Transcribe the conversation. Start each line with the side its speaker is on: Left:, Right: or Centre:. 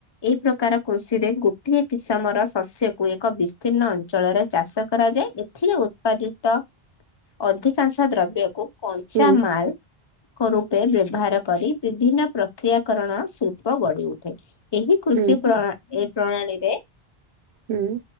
Left: ଏଇ ପ୍ରକାର କୃଷିରେ ଗୋଟିଏ କିସମର ଶସ୍ୟକୁ ଏକ ବିସ୍ତୀର୍ଣ୍ଣ ଅଞ୍ଚଳରେ ଚାଷ କରାଯାଏ। ଏଥିରେ ଉତ୍ପାଦିତ ଅଧିକାଂଶ ଦ୍ରବ୍ୟକୁ କଞ୍ଚା
Right: ହୁଁ,
Left: ମାଲ୍ କ ରୂପେ ବ୍ୟବହାର କରି ବିଭିନ୍ନ ପ୍ରକ୍ରିୟାକରଣ ଶିଳ୍ପ ଗଢି ଉଠେ ଏହି କୃଷି
Right: ହୁଁ,
Left: ପ୍ର ଏ ପ୍ରଣାଳୀରେ
Right: ହୁଁ।